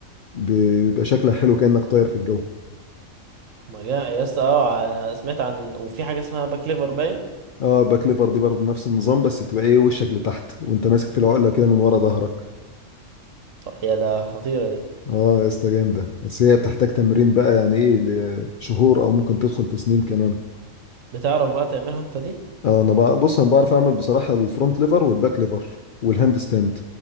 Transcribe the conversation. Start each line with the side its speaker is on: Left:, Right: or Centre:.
Left: بيبقى شكلها حلو كانك طاير في الجو
Right: ما جا يا اسطى اه انا سمعت عن وفي حاجه اسمها باك ليفر باين
Left: اه باك ليفر دي برضه نفس النظام بس بتبقى ايه وشك لتحت وانت ماسك في العقله كده من ورا ظهرك
Right: اه، يا ده خطيره دي
Left: اه يا اسطى جامده بس هي بتحتاج تمرين بقى يعني ايه لشهور او ممكن تدخل في سنين كمان
Right: بتعرف بقى تعملها انت دي
Left: اه انا بقى بص انا بعرف اعمل بصراحه الفرونت ليفر والباك ليفر والهاند ستاند